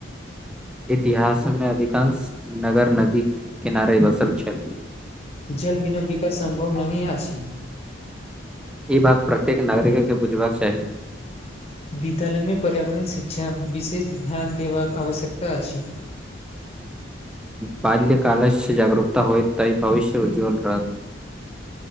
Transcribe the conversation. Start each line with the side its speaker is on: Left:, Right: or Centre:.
Centre: इतिहास मे अधिकांश नगर नदीक किनारे बसल छैथ
Left: जल बिना विकाश सम्भव नहि अछी
Centre: ई बात प्रत्येक नागरिक के बुझबाक चाही
Left: विद्यालयमे पर्यावरण शिक्षा विशेष ध्यान देबाक आवश्यकता अछि
Centre: बाल्य कालसँ जागरूकता होयत त भविष्य उज्ज्वल रहत